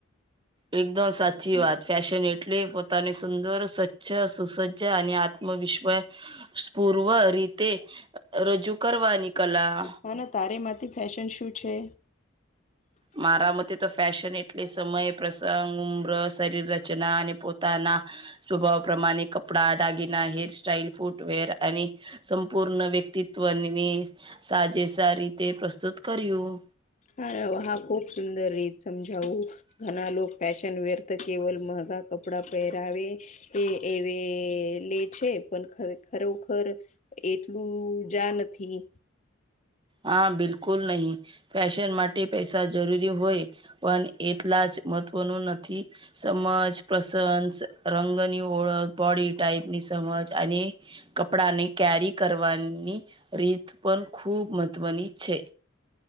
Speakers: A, on the right (about 25°); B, on the left (about 35°).
A: એકદમ સાચી વાત ફેશન એટલે પોતાની સુંદર સ્ચ્છ સુસજ્જ અને આ આમ વિશ્વાસ પૂર્વ રીતે રજૂ કરવાની કલા
B: હ ના તારેમાંથી ફેશન શું છે?
A: મારા મતે તો ફેશન એટલે સમય પ્રસંગ ઉમ્ર શરીર રચના અને પોતાના સ્વભાવ પ્રમાણે કપડા દાગીના હેર સ્ટાઈલ ફૂટવેર અને સંપૂર્ણ વ્યક્તિત્વની સાજે સાર રીતે પ્રસ્તુત કર્યું.
B: હા વાહ ખુબ સુંદર રીત સમજાવું. ઘણા લોકો ફેશન વેર તો કેવલ મંગા કપડા પહેરાવે એ એવી લે છે પણ ખરોખર એટલું જા નથી.
A: હા બિલકુલ નહી ફેશન માટે પૈસા જરૂરી હોય. પણ એટલા જ મહત્વનું નથી. સમજ પ્રસન્સ રંગની ઓળખ બોડી ટાઈપની સમજ અને કપડાને કેરી કરવાની રીત પણ ખૂબ મહત્વની છે.